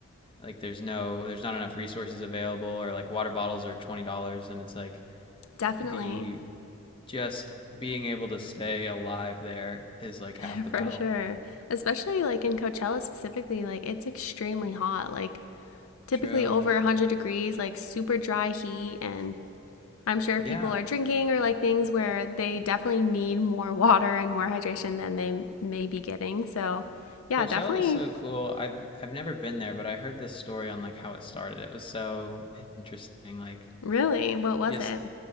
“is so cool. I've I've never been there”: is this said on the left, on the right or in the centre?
Left